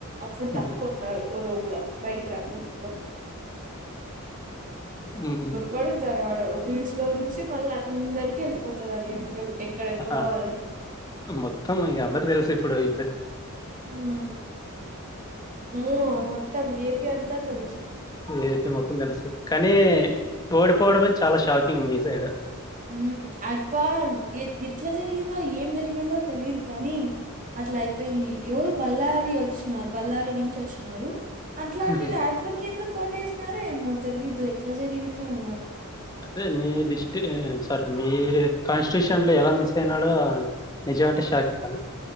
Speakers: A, on the right; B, on the left.
A: అప్పుడు
B: హుహు.
A: తక్కు ఉంటారు, ఓ లోపులో బయటికి రాకోకుండా
B: ఉహు
A: పడుతారు ఆడు ఫీస్ లో చూసి మళ్ళ అందరికి ఎళ్ళిపోతది అది ఎప్పుడు అక్కడెక్కడో
B: ఆహా!
A: వాళ్ళకి
B: మొత్తం ఇగ అందరు తెలుసు ఇప్పుడు ఇప్పుడ్
A: ఉమ్, ఉమ్ మొత్తం ఏ పి అంతా తెలుసు
B: ఏ పి మొత్తం తెలుసు కానీ, ఓడిపోవడమే చాలా షాకింగ్ మీ సైడు
A: ఉమ్ ఆయప్ప ఎ ఎట్ల జరిగిందో, ఏం జరిగిందో తెలిదు కానీ అట్ల అయిపోయింది, ఎవరు బళ్లారి వచ్చిన బళ్లారి నుంచి వచ్చిన్నారు. అట్లాంటిదాయప్పకెందుకు
B: హుహు.
A: కోటేసినారో ఏమో తెలియదు, ఎట్లా జరిగిందో ఏమో.
B: అదే మీ డిస్టి సారీ మీరు కాన్స్టిట్యూషన్ లో ఎలా మిస్ అయినాడో నిజ అంటే షాక్ అయి